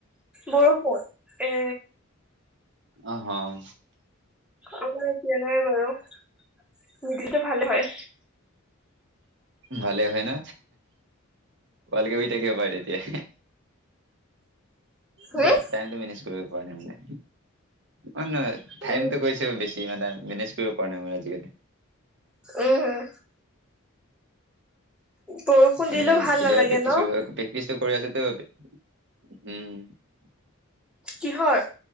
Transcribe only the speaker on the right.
আহ আহ
ভালে হয় ন, ভালকে শুই থাকিব পাই তেতিয়া,
ম টাইমটো মেনেজ কৰিব পৰা নাই মানে, অ নহয়
টাইমতো গৈছে বেছি মানে মেনেজ কৰিব পৰা নাই। মোৰ আজিকালি,
মানে
কেতিয়াবা
প্ৰেক্টিচ
কৰিব প্ৰেক্টিচটো কৰি আছো। উম